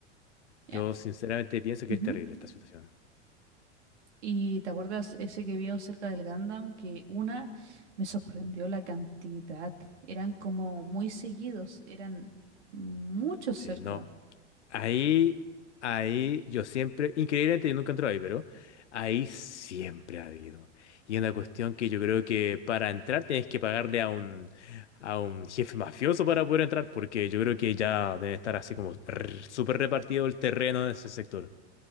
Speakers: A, on the right; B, on the left.
A: Ya,
B: yo sinceramente pienso
A: ujú.
B: que es terrible esta situación.
A: Y te acuerdas ese que vimos cerca del Gundam, que una me sorprendió la cantidad, eran como muy seguidos, eran muchos
B: Sí,
A: cerca.
B: no, Ahí, ahí, yo siempre, increíblemente yo nunca entré ahí, pero ahí siempre ha habido. Y es una cuestión que yo creo que para entrar tienes que pagarle a un, a un jefe mafioso para poder entrar, porque yo creo que ya debe estar así como r- súper repartido el terreno en ese sector.